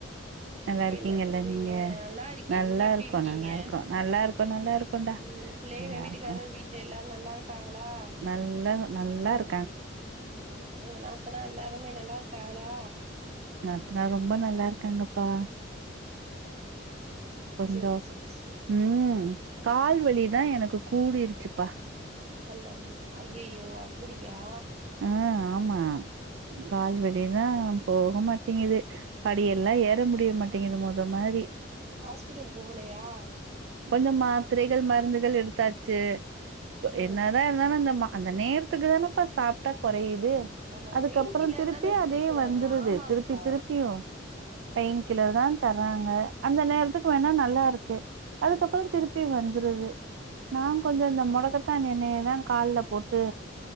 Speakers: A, on the right; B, on the right.
A: நல்லா
B: இப்ப
A: இருக்கீங்கல்ல
B: என்ன பன்றீங்க
A: நீங்க
B: நல்லா இருக்கேன்
A: நல்லா
B: நீங்க எப்டி
A: இருக்கோ
B: இருக்கீங்க
A: நல்லா இருக்கோ நல்லா இருக்கோ நல்லா இருக்கோன்டா
B: உம் பிள்ளைக
A: நல்லா
B: வீட்டுக்காரர்
A: இருக்கோ
B: வீட்டு எல்லாரும் நல்லா இருக்காகளா
A: நல்லா நல்லா இரு
B: உம் உங்க நாத்தனா எல்லாருமே நல்லா இருக்கா ளா
A: நாத்தனா ரொம்ப நல்லா இருக்காங்கப்பா கொஞ்சம்
B: சேரி சேரி சேரி
A: உம் கால்வலி தான் எனக்கு கூடிடுச்சுப்பா
B: நல்லது ஐய்யயோ அப்புடியா
A: ஆ ஆமா கால்வெடிதான் போக மாட்டேங்குது படியெல்லாம் ஏற முடிய மாட்டேங்குது மொத மாதிரி
B: ஹாஸ்பிட்டல் போகலையா
A: கொஞ்சம் மாத்திரைகள் மருந்துகள் எடுத்து தாச்சு
B: ம்
A: என்னதான் இருந்தாலும் அந்த மா அந்த நேரத்துக்கு தானப்ப சாப்ட்டா கொறையுது து
B: ஆமா
A: அதுக்கப்புறம்
B: பெயின் கில்லர்
A: திருப்பி
B: தான குடுக்குறாங்க
A: அதே வந்துருது
B: ஆமாங்க்கா
A: திருப்பி திருப்பியும் பெயின் கில்லர் தான் தராங்க அந்த நேரத்துக்கு நல்லா இருக்கு அதுக்கப்புறம்
B: ம்
A: திருப்பி வந்துருது நான்
B: ம்
A: கொஞ்சம் இந்த முடகத்தான் இ எண்ணே தான் கால்ல போட்டு